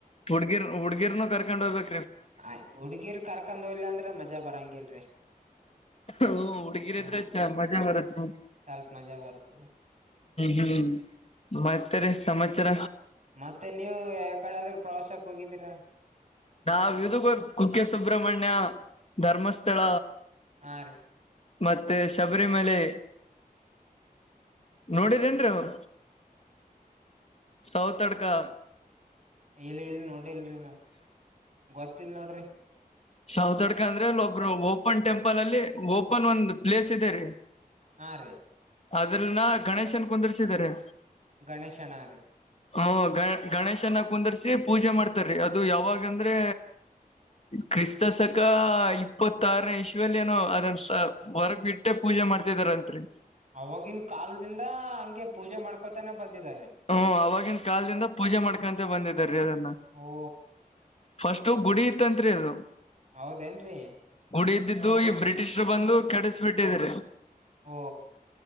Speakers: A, on the left; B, on the right.
A: ಹುಡ್ಗಿರ್ ಹುಡ್ಗಿರ್ನು ಕರ್ಕೊಂಡ್ ಹೋಗ್ಬೇಕು
B: ಆ ಹುಡ್ಗಿರ್ ಕರ್ಕೊಂಡ್ ಹೋಗ್ಲಿಲಾ ಅಂದ್ರೆ ಮಜಾ ಬರಂಗಿಲ್ರಿ
A: ಹೂ ಹುಡುಗೀರ
B: ಹಾ
A: ಇದ್ರೆ ಮಜಾ ಬರತ ಹ್ಮ್
B: ಸ್ವಲ್ಪ ಮಜಾ ಬರ್ತದ
A: ಹ್ಮ್ ಮತ್ತರಿ ಸಮಾಚಾರ
B: ಮತ್ತೆ ನೀವ ಯಕಡೆ ಆದ್ರೂ ಪ್ರವಾಸಕ್ ಹೋಗಿದ್ದೀರಾ
A: ನಾವ ಇದಕ್ಕ ಹೋಗಿ ಕುಕ್ಕೆ ಸುಬ್ರಹ್ಮಣ್ಯ ಧರ್ಮಸ್ಥಳ
B: ಹಾರಿ
A: ಮತ್ತೆ ಶಬರಿಮಲೆ ನೋಡಿರೇನ್ರಿ ಅವ್ರ. ಸೌತಡ್ಕಾ
B: ಇಲ್ ಇಲ್ ನೋಡಿಲ್ರಿ ನಾ ಗೊತ್ತಿಲ್ಲ ನೋಡ್ರಿ
A: ಸೌತಡ್ಕ ಅಂದ್ರೆ ಅಲ್ಲಿ ಒಬ್ರು ಓಪನ್ ಟೆಂಪಲ್ ಅಲ್ಲಿ ಓಪನ್ ಒಂದ್ ಪ್ಲೇಸ್ ಇದೆ ರೀ.
B: ಹಾ ರೀ.
A: ಅದ್ರನ್ನ ಗಣೇಶನ್ ಕುಂದರ್ಸಿದಾರೆ.
B: ಗಣೇಶನಾರೀ.
A: ಹ್ಮ ಗ ಗಣೇಶನ್ನ ಕುಂದರ್ಸಿ ಪೂಜೆ ಮಾಡ್ತಾರೀ ಅದು ಯಾವಾಗಂದ್ರೆ ಕ್ರಿಸ್ತ ಶಕ ಇಪ್ಪತ್ತಾರನೇ ಇಶ್ವಲ್ಲಿ ಏನೋ ಅದನ್ ಹೊರಗ ಬಿಟ್ಟೆ ಪೂ ಜೆ ಮಾಡ್ತಿದಾರಂತ್ರಿ
B: ಅವಾಗಿನ ಕಾಲದಿಂದ ಹಂಗೆ ಪೂಜೆ ಮಾಡ್ಕೊತಾನೆ ಬಂದಿದಾರೀ.
A: ಹೂಂ ಅವಾಗಿನ ಕಾಲ್ದಿಂದ ಪೂಜೆ ಮಾಡ್ಕಂತ ಬಂದಿದಾರ್ರೀ ಅದನ್ನ.
B: ಓ
A: ಫಸ್ಟು ಗುಡಿ ಇತ್ತಂತ್ರಿ ಅದು
B: ಹೌದೇನ್ರಿ
A: ಗುಡಿ ಇದ್ದಿ ದು ಈ ಬ್ರಿಟಿಷ್ರು ಬಂದು ಕೆಡಿಸ್ಬಿಟ್ಟಿದಾರೆ.
B: ಓ